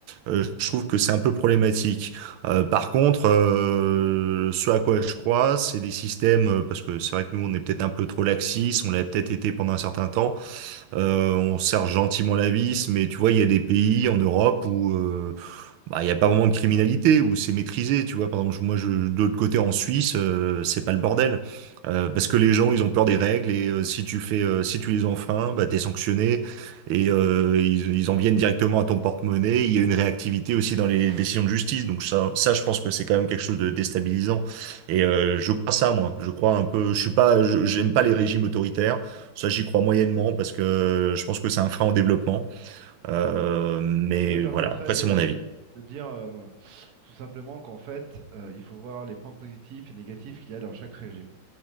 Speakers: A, on the right; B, on the right.
A: Euh, je trouve que c'est un peu problématique. Euh, par contre, euh, ce à quoi je crois, c'est des systèmes, euh, parce que c'est vrai que nous, on est peut-être un peu trop laxiste, on l'a peut-être été pendant un certain temps, euh, on serre gentiment la vis, mais tu vois, il y a des pays en Europe où euh, bah, il n'y a pas vraiment de criminalité où c'est maîtrisé, tu vois. Par exemple, je- moi, je, de l'autre côté, en Suisse, euh, c'est pas le bordel. Euh, parce que les gens, ils ont peur des règles et euh, si tu fais, euh, si tu les enfreins, bah, t'es sanctionné et euh, ils, ils en viennent directement à ton porte-monnaie. Il y a une réactivité aussi dans les décisions de justice. Donc ça, ça, je pense que c'est quand même quelque chose de déstabilisant. Et euh, je crois ça, moi. Je crois un peu. Je suis pas, je- j'aime pas les régimes autoritaires. Ça, j'y crois moyennement parce que euh, je pense que c'est un frein au développement. Euh, mais
B: Je me permettrais
A: voilà. Après,
B: de,
A: c'est mon avis.
B: de dire euh, tout simplement qu'en fait, euh, il faut voir les points positifs et négatifs qu'il y a dans chaque régime.